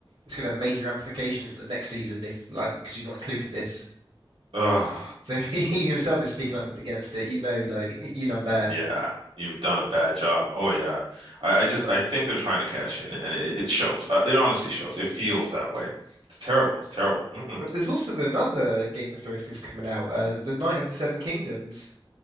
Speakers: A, on the right (about 65°); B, on the right (about 80°).
A: it's going to have major ramifications for the next season if like because you've not included this.
B: Ugh.
A: So <laughs> he himself is speaking up against it, you know, like <laughs> you done bad.
B: Yeah. You've done a bad job. Oh, yeah. I, I just, I think they're trying to cash in and it, it shows. Uh, It honestly shows. It feels that way. It's terrible. It's terrible. Mm-mm.
A: But there's also another Game of Thrones thing's coming out, uh, The Night of the Seven Kingdoms.